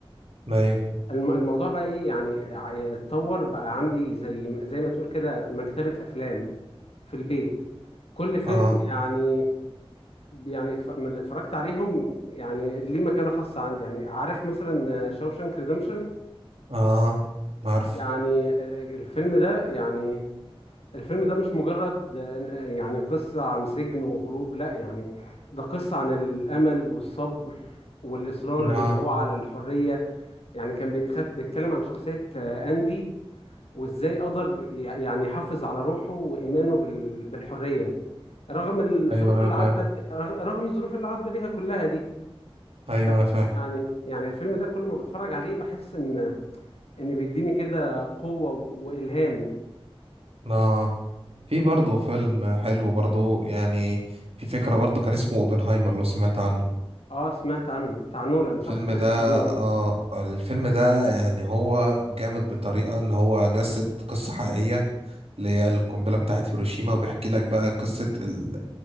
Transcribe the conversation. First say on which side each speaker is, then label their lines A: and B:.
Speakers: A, on the right; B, on the left.
A: ايوه
B: الم- الموضوع بقى ايه يعني ع- اتطور بقى عندي زي زي ما تقول كده مكتبه افلام في البيت كل فيلم
A: اه
B: يعني يعني اتف- من اللي اتفرجت عليهم يعني ليه مكانة خاصة عندي يعني عارف مثلا شاوشانك ريدمشن
A: اه أنا عارفه
B: يعني ال- الفيلم ده يعني الفيلم ده مش مجرد آه، يعني قصة عن سجن وهروب لا يعني ده قصة عن الأمل والصبر والإصرار
A: اه
B: اللي هو على الحرية يعني كان بيتخل... بيتكلم عن شخصية آه، أندي وإزاي قدر ي- يعني يحافظ على روحه وإيمانه بال... بالحرية رغم الظروف
A: ايوه انا
B: اللي
A: فاهم
B: عدى ب... رغ- رغم الظروف اللي عدى بيها كلها دي
A: ايوه
B: كم-
A: انا فاهم
B: يعني يعني الفيلم ده كل ما بتفرج عليه بحس ان ان بيديني كده قوة و- والهام
A: اه في برضه فيلم حلو برضه يعني في فكرة برضه كان اسمه اوبنهايمر لو سمعت عنه
B: اه سمعت عنه بتاع نولان صح
A: الفيلم
B: كريستوفر
A: ده
B: نولان
A: آه الفيلم ده يعني هو جامد بطريقة ان هو جسد قصة حقيقية اللي هي القنبلة بتاعت هيروشيما وبيحكي لك بقى قصة ال-